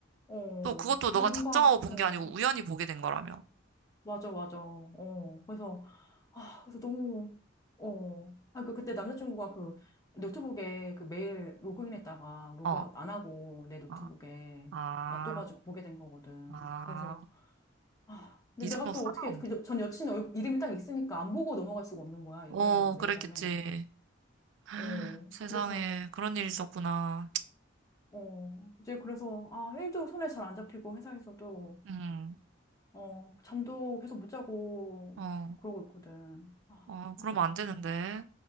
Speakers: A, on the left; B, on the right.
A: 어.
B: 또 그것도 너가
A: 근데 뭔가,
B: 작정하고 본
A: 어.
B: 게 아니고 우연히 보게 된 거라며.
A: 맞아, 맞아. 어, 그래서, 아, 그래서 너무, 어. 아, 그, 그때 남자친구가 그 노트북에 그 메일 로그인했다가 로그아웃
B: 어,
A: 안 하고 내 노트북에
B: 아, 아,
A: 놔둬가지고 보게 된 거거든.
B: 아.
A: 그래서, 아, 근데
B: 네 잘못
A: 내가 또
B: 하나
A: 어떻게,
B: 없네.
A: 그 전 여친 얼- 이름이 딱 있으니까 안 보고 넘어갈 수가 없는 거야, 이게,
B: 어,
A: 메일함에.
B: 그랬겠지. <gasps>
A: 어,
B: <sighs> 세상에,
A: 그래서,
B: 그런 일이 있었구나.
A: 어, 이제 그래서, 아, 일도 손에 잘 안 잡히고 회사에서도,
B: 음,
A: 어, 잠도 계속 못 자고
B: 어,
A: 그러고 있거든. 아,
B: 어,
A: 그래서.
B: 그러면 안 되는데.